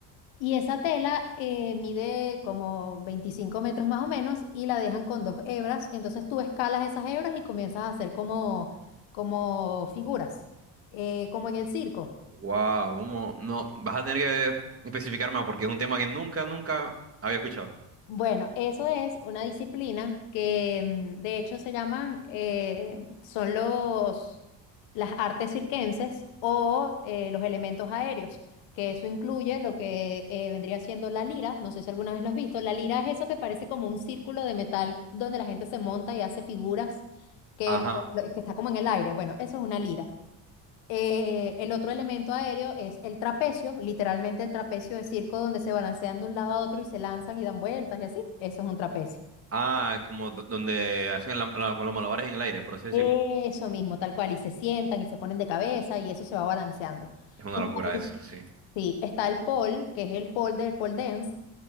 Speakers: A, on the left; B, on the right.
A: Y esa tela eh, mide como 25 metros más o menos y la dejan con dos hebras. Entonces tú escalas esas hebras y comienzas a hacer como, como figuras, eh, como en el circo.
B: Wow, ¿cómo? No, vas a tener que especificar más porque es un tema que nunca, nunca había escuchado.
A: Bueno, eso es una disciplina que mm, de hecho se llaman, eh, son los, las artes circenses o eh, los elementos aéreos, que eso incluye lo que eh, vendría siendo la lira, no sé si alguna vez lo has visto, la lira es eso que parece como un círculo de metal donde la gente se monta y hace figuras que,
B: Ajá.
A: lo- lo- que está como en el aire, bueno, eso es una lira. Eh, el otro elemento aéreo es el trapecio, literalmente el trapecio de circo donde se balancean de un lado a otro y se lanzan y dan vueltas y así. Eso es un trapecio.
B: Ah, como do- donde hacen la- la- con los malabares en el aire, por así decirlo.
A: Eso mismo, tal cual. Y se sientan y se ponen de cabeza y eso se va balanceando.
B: Es una
A: Está
B: locura
A: el,
B: eso, sí.
A: sí, está el pole, que es el pole del pole dance.